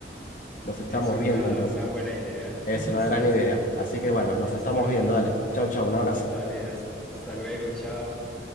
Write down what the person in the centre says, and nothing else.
Sí, suena
una,
una buena idea.
<laughs>
Sí,
sí.
Listo.
Dale, hasta, hasta luego, chao.